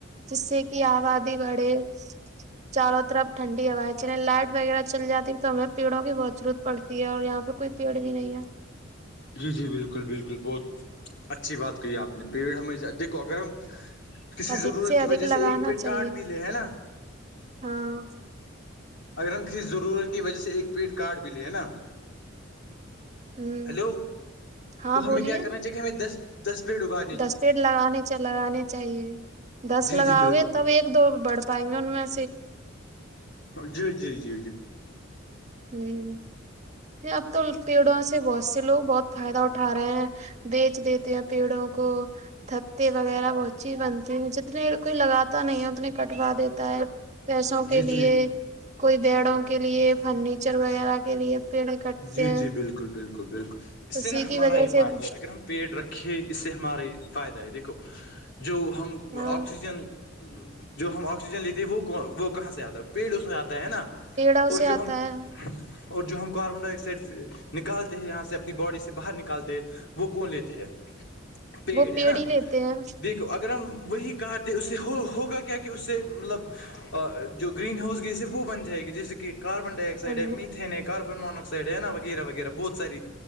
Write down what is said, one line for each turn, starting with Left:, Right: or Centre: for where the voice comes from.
Right: جس سے کہ آبادی بڑھے چاروں طرف ٹھنڈی ہوا ہے چل لائٹ وغیرہ چل جاتی تو ہمیں پیڑوں بھی بہت ضرورت پڑتی ہے اور یہاں پہ کوئی پیڑ بھی نہیں ہے
Left: جی جی بالکل بالکل بہت اچھی بات کہی آپ نے پیڑ ہمیں دیکھو اگر ہم کسی
Right: ادھک
Left: ضرورت کی
Right: ادھک
Left: وجہ
Right: لگانا
Left: سے ایک پیٹ
Right: چاہیے
Left: کاڈ بھی لے ہے نا
Right: ہاں
Left: اگر ہم کسی ضرورت کی وجہ سے ایک پیٹ کاڈ بھی لے ہیں نا
Right: ہوں
Left: ہیلو
Right: ہاں
Left: تو
Right: بولیے
Left: ہمیں کیا کرنا چاہیے ہمیں دس دس پیڑ اگا
Right: دس پیٹ لگانے لگانے چاہیے دس
Left: جی
Right: لگاؤ
Left: جی بالکل
Right: گے تب ایک دو بڑ بائ میں
Left: جی جی جی جی
Right: ہوں یہ اب تو پیڑوں سے بہت سے لوگ بہت فائدہ اٹھا رہے ہیں بیچ دیتے ہیں پیڑوں کو تھتے وغیرہ بہت چیز بنتی ہیں جتنے کوئی لگاتا نہیں ہے اتنے کٹوا دیتا ہے پیسوں کے
Left: جی
Right: لیے
Left: جی
Right: کوئی بیڑوں کے لیے فرنیچر وغیرہ کے لیے پیڑ کٹتے
Left: جی
Right: ہیں
Left: جی بالکل بالکل بالکل اس سے
Right: اسی
Left: نا
Right: کی
Left: ہمارا
Right: وجہ
Left: یہ
Right: سے
Left: فائدہ ہے اگر ہم پیٹ رکھے اس سے ہمارا فائدہ ہے دیکھو جو ہم
Right: ہاں
Left: آکسیجن جو ہم آکسیجن لیتے وہ وہ کہاں سے آتا ہے پیڑ اس سے آتا ہے نا
Right: پیڑوں
Left: اور
Right: سے آتا
Left: جو ہم
Right: ہے
Left: اور جو ہم کاربن ڈائی آکسائڈ نکالتے ہیں یہاں سے اپنی باڈی سے باہر نکالتے ہیں وہ کون لیتے ہے پیڑ
Right: وہ
Left: ہے نا
Right: ہی لیتے ہیں
Left: دیک کہ اگر ہم وہی کار دیں اس سے ہو ہوگا کیا کہ اس سے مطلب اور جو گرین ہاؤس گ صرف وہ بن جائے گی جیسے کہ کاربن ڈائی آکسائڈ
Right: ہاں
Left: ہے میتین ہے کاربن مونکسائڈ ہے نا وغیرہ وغیرہ بہت ساری